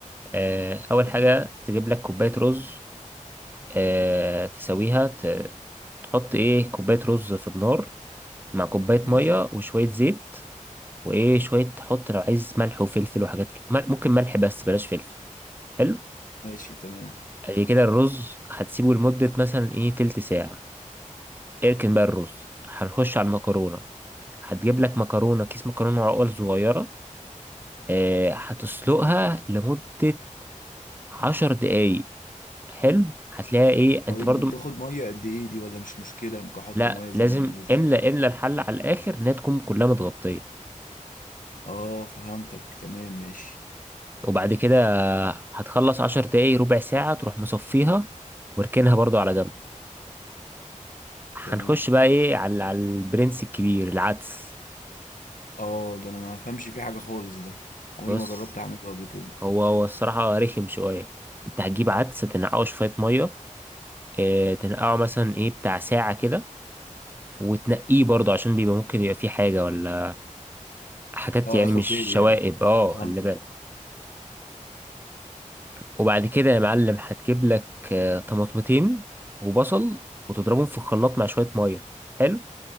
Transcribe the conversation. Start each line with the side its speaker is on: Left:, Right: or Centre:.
Right: آه، أول
Left: وال...
Right: حاجة تجيب لك كوباية رز آه، تسويها ت- تحط إيه كوباية رز في النار مع كوباية
Left: ماشي
Right: مية وشوية زيت وإيه شوية تحط لو عايز ملح وفلفل وحاجات كده مل- ممكن ملح بس بلاش فلفل حلو
Left: ماشي تمام
Right: ادي كده الرز هتسيبه لمدة مثلا إيه تلت ساعة اركن بقى الرز هنخش على المكرونة هتجيب لك مكرونة كيس مكرونة عقل صغيرة آه، هتسلقها لمدة عشر دقايق حلو هتلاقيها ايه
Left: طيب
Right: انت برضو
Left: دي بتاخد
Right: م-
Left: ميه قد ايه دي ولا مش مشكله ممكن احط
Right: لا
Left: ميه زي
Right: لازم
Left: ما انا عايز
Right: املى املى الحلة على الاخر انها تكون كلها متغطية
Left: اه فهمتك تمام ماشي
Right: وبعد كده هتخلص عشر دقايق ربع ساعة تروح مصفيها واركنها برضو على جنب هنخش
Left: تمام
Right: بقى ايه على على البرنس الكبير العدس
Left: اه ده انا ما فهمش فيه حاجه خالص ده عمري
Right: بص
Left: ما جربت اعمله قبل كده
Right: هو هو الصراحة رخم شوية انت هتجيب عدس تنقعه شوية مية اه تنقعه مثلا ايه بتاع ساعة كده وتنقيه برضو عشان بيبقى ممكن يبقى فيه حاجة ولا حاجات
Left: اه
Right: يعني
Left: اخد
Right: مش
Left: بالي
Right: شوائب
Left: يعني
Right: اه
Left: فهمتك
Right: خلي بالك وبعد كده يا معلم هتجيب لك آه، طماطمتين وبصل وتضربهم في الخلاط مع شوية مية حلو